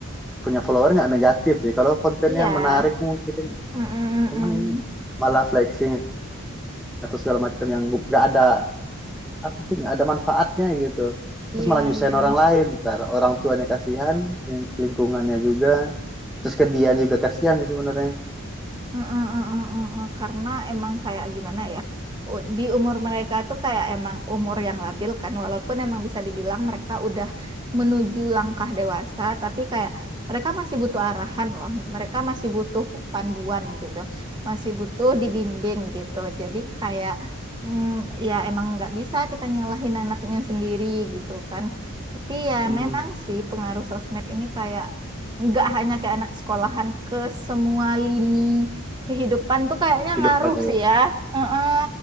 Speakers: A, in the centre; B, on the right.
A: punya follower nggak negatif sih. Kalau kontennya
B: iya,
A: menarik mungkin,
B: Mm, mm,
A: cuman
B: mm, mm.
A: ini malah flexing atau segala macam yang nggak ada apa sih nggak ada manfaatnya gitu.
B: Iya,
A: Terus malah nyusahin
B: iya.
A: orang lain, ntar orang tuanya kasihan, yang lingkungannya juga, terus ke dia juga kasihan sih sebenarnya.
B: Mm, mm, mm, mm, mm, mm. Karena emang kayak gimana ya, u- di umur mereka tuh kayak emang umur yang labil kan, walaupun emang bisa dibilang mereka udah menuju langkah dewasa, tapi kayak mereka masih butuh arahan loh, mereka masih butuh panduan gitu, masih butuh dibimbing gitu. Jadi kayak mm, ya emang nggak bisa kita nyalahin anaknya sendiri gitu kan. Tapi ya
A: Hmm,
B: memang sih pengaruh sosmed ini kayak nggak hanya ke anak sekolahan, ke semua lini kehidupan tuh kayaknya
A: hidup
B: ngaruh
A: katanya.
B: sih ya. Heeh.